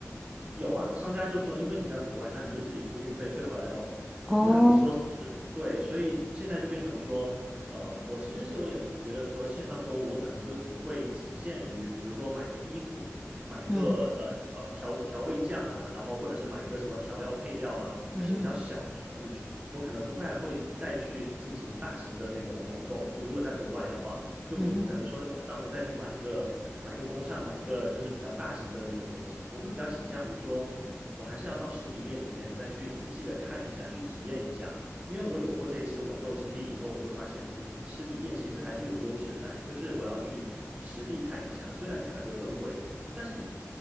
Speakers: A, on the right (about 25°); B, in the centre.
A: 有啊，商家就说，因为你在国外，那你就自己付运费退回来咯。
B: 哦，
A: 那你说是不是？对，所以现在就变成说，呃，我其实是有点觉得说，线上购物我可能就只会仅限于，比如说买个衣服，买个呃呃调调味酱啊，
B: 嗯
A: 然后或者是买一个什么调料配料啊，
B: 嗯哼
A: 就是比较小的物品，我可能不会还会再去进行大型的那种网购。就如果在国外的话，就你不可能说在这上面再去买一个买一个风扇，
B: 嗯哼。
A: 买一个就是比较大型的这种东西。我会比较倾向于说，我还是要到实体店里面再去仔细的看一下，去体验一下。因为我有过这一次网购经历以后，我就发现，嗯，实体店其实还是有优势在，就是我要去实地看一下，虽然价格更贵，但是